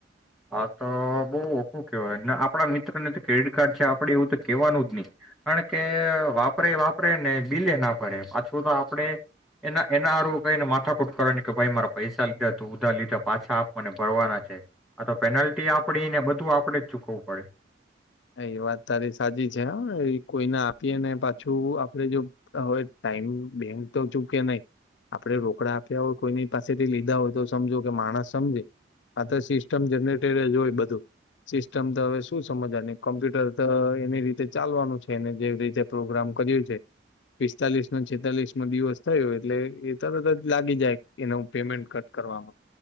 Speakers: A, in the centre; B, on the left.
A: હા, તો બહ ઓખું કેવાય. આપણા મિત્રને તો ક્રેડિટ કાર્ડ છે. આપડે એવું તો કેવાનું નહી. કારણ કે, વાપરે વાપરે ને બિલે ના ભરે પાછું, તો આપડે એના એનારું કઈને માથાકૂટ કરવાની કે ભાઈ મારા પૈસા લીધા તું ઉધા લીધા પાછા. મને ભરવાના છે. આ તો પેનલ્ટી આપડી ને બધું આપણેે જ ચૂકવું પડે.
B: એ વાત તારી સાચી છે, હ એ કોઈને આપીએ ને પાછું, આપડે જો હવે ટાઈમ બેંગ તો ચૂકે નહી, આપડે રોકડા આપ્યા હોય. કોઈની પાસેથી લીધા હોય તો સમજો કે, માણસ સમજે આ તો સિસ્ટમ જનરેટર જ હોય બધું સિસ્ટમ તો હવે શું સમજવા. કોમ્પ્યુટર તો એની રીતે ચાલવાનું છે. એને જેવી રીતે પ્રોગ્રામ કર્યું છે. પિસ્તાલીસ છેતાલીસ દિવસ થયો. એટલે એ તરત જ લાગી જાય. એનું પેમેન્ટ કટ કરવાવામાં